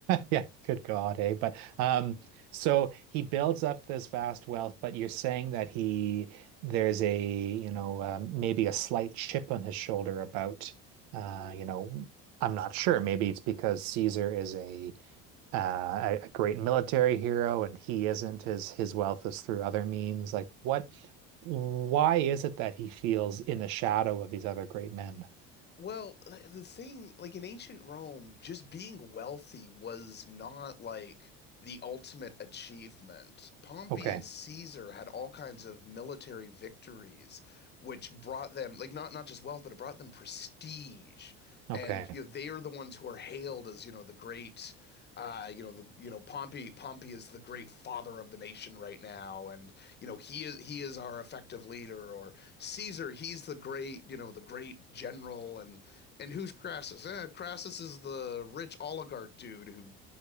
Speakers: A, on the right (about 75°); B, on the left (about 35°).
A: yeah, good God, eh? But um, so he builds up this vast wealth. But you're saying that he there's a you know um, maybe a slight chip on his shoulder about uh, you know I'm not sure. Maybe it's because Caesar is a uh, a, a great military hero and he isn't. His his wealth is through other means. Like what? Why is it that he feels in the shadow of these other great men?
B: Well, like, the thing, like in ancient Rome, just being wealthy was not like the ultimate achievement. Pompey
A: Okay,
B: and Caesar had all kinds of military victories, which brought them, like not not just wealth, but it brought them prestige.
A: okay,
B: And you know, they are the ones who are hailed as, you know, the great uh, you know the you know Pompey Pompey is the great father of the nation right now, and you know he is he is our effective leader, or Caesar he's the great you know the great general, and and who's Crassus? Eh, Crassus is the rich oligarch dude who